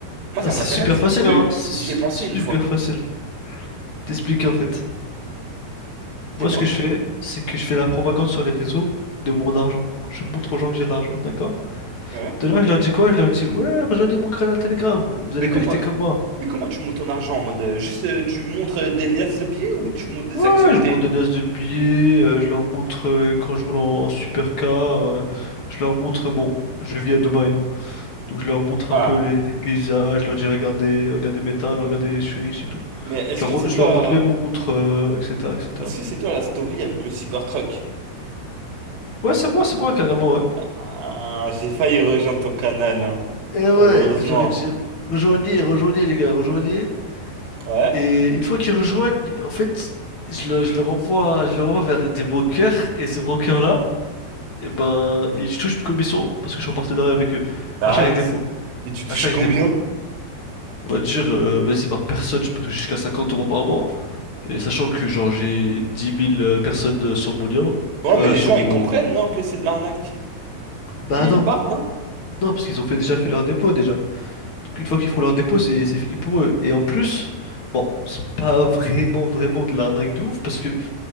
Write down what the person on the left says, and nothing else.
Ah,
c'est
super facile,
hein. C'est
super
facile. Je T'expliquer, en fait.
Moi, ce que je fais, c'est que je fais la propagande sur les réseaux de mon argent. Je montre aux gens que j'ai de l'argent, d'accord?
De là, je leur dis quoi? Je leur dis, ouais, rejoignez mon canal Telegram. Vous allez
becquer comme moi.
Ouais,
je monte des liasses de billets. euh, je leur montre euh, quand je roule en, en supercar. euh, je leur montre, bon, je vis à Dubaï. hein. Donc je leur montre
un peu les, les paysages, je leur dis regardez, regardez mes talents, regardez, je suis riche et tout.
Je leur,
je
leur montre mes montres, euh, etc., etc.
Ouais, c'est moi, c'est moi carrément, ouais.
Et ouais,
je leur ai dit rejoignez, rejoignez les gars, rejoignez.
Et une fois qu'ils rejoignent, en fait, je, le- je leur envoie, je leur envoie vers des brokers et ces brokers-là, et ben, ils touchent une commission parce que je suis en partenariat avec eux
à chaque dépôt,
à chaque
dépôt. On va dire, euh, vas-y, par personne, je peux toucher jusqu'à 50 euros par mois. Et sachant que genre j'ai dix mille euh, personnes euh, sur mon lien,
euh,
sur
mon...
Bah
non,
non, parce qu'ils ont fait, déjà fait leur dépôt déjà. Donc une fois qu'ils font leur dépôt, c'est c'est fini pour eux. Et en plus, bon, c'est pas vraiment, vraiment de l'arnaque de ouf, parce que,